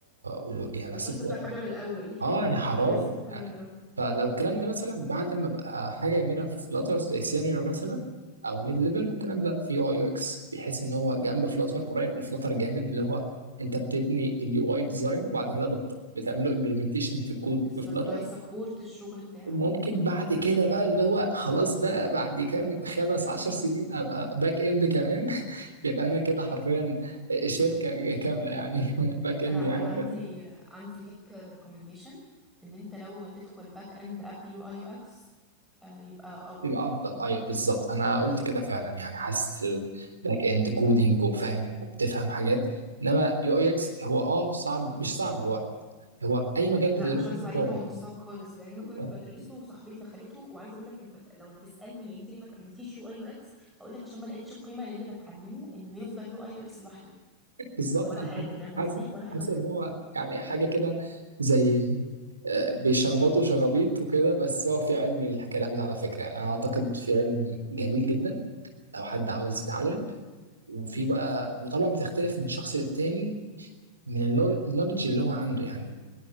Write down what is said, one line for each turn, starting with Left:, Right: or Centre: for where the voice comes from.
Right: و... مم. يعني
Centre: وتروح
Right: اسيب
Centre: تبدأ
Right: فلاتر
Centre: حاجة من الأول <laughs>
Right: اه يعني حرام
Centre: وتريسك في حاجة
Right: يعني
Centre: من الأول
Right: فلو الكلام ده مثلا بعد ما ابقى حاجه يعملها في فلاتر زي سينيور مثلا او ميد ليفل ممكن ابدا في يو اي يو اكس بحيث ان هو جنب فلاتر قريب لفلاتر جامد اللي هو انت بتبني اليو اي ديزاين وبعد كده بت... بتعمله امبلمنتيشن في الكود
Centre: بالظبط
Right: في فلاتر
Centre: هيسبورت الشغل بتاعك
Right: وممكن بعد كده بقى اللي هو خلاص بقى بعد كام خمس عشر سنين ابقى باك اند كمان <laughs> يبقى انا كده حرفيا شركه كامله يعني <laughs> باك اند
Centre: انا انا
Right: يعني
Centre: عندي عندي ليك ريكومنديشن ان انت لو تدخل باك اند قبل يو اي يو اكس يبقى افضل
Right: يبقى افضل ايوه بالظبط انا قلت كده فعلا يعني حاسس الباك اند كودينج وفاهم وبتفهم حاجات انما يو اي اكس هو اه صعب مش صعب هو هو اي مجال
Centre: لا
Right: بتدرسه
Centre: مش هكذب
Right: فيه
Centre: عليك
Right: صعوبه
Centre: هو مش صعب خالص لان انا
Right: <laughs>
Centre: كنت بدرسه وصاحبتي دخلته وعايزه اقول لك انت لو هتسالني انت ليه ما كملتيش يو اي يو اكس اقول لك عشان ما لقيتش قيمه للي بتعلمه انه يفضل يو اي يو اكس لوحده
Right: بالظبط
Centre: ده ولا
Right: انا
Centre: حاجه فاهم
Right: حاسس
Centre: قصدي
Right: حاسس
Centre: ولا حاجه
Right: حاسس
Centre: بجد
Right: ان هو يعني حاجه كده زي آه، بيشخبطوا شخابيط وكده بس هو في علم الكلام ده على فكره يعني انا اعتقد في علم جميل جدا لو حد عاوز يتعلم وفي
Centre: مم.
Right: بقى وطبعا بتختلف من شخص للتاني من النول- النولج اللي هو عنده يعني